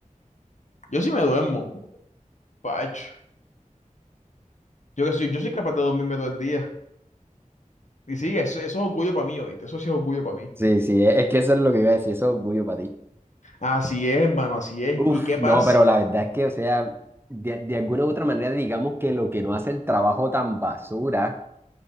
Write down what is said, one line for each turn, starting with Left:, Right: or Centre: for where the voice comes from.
Left: Yo sí me duermo. uf, Pacho. Yo que soy, yo soy capaz de dormirme todo el día. Y sí, eso, eso es orgullo para mí, oíste. Eso sí es orgullo para mí.
Right: Sí, sí, es es que eso es lo que iba a decir, eso es orgullo para ti.
Left: Así es, hermano, así es.
Right: Uf,
Left: ¿Y qué pasa?
Right: no, pero la verdad es que, o sea, de, de alguna u otra manera, digamos que lo que no hace el trabajo tan basura,